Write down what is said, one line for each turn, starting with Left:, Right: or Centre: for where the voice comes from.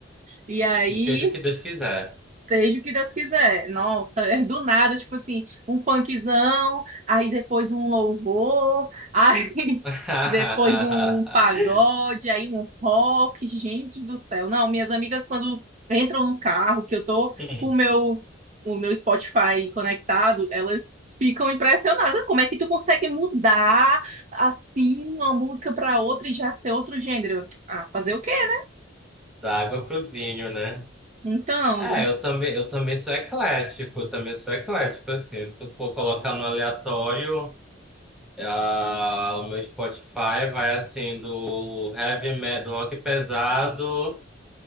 Right: e aí.
Centre: E seja o que Deus quiser.
Right: Seja o que Deus quiser. Nossa, é do nada, tipo assim, um funkzão, aí depois um louvor, aí <laughs>
Centre: <laughs>
Right: depois um pagode, aí um rock. Gente do céu. Não, minhas amigas, quando entram no carro, que eu tô
Centre: Hum,
Right: com o meu, o meu Spotify conectado, elas ficam impressionadas. Como é que tu consegue mudar assim uma música pra outra e já ser outro gênero? Ah, fazer o quê, né?
Centre: Da água pro vinho, né?
Right: Então,
Centre: É, eu também, eu também sou eclético, eu também sou eclético, assim, se tu for colocar no aleatório, ah, o meu Spotify vai assim do heavy metal, do rock pesado,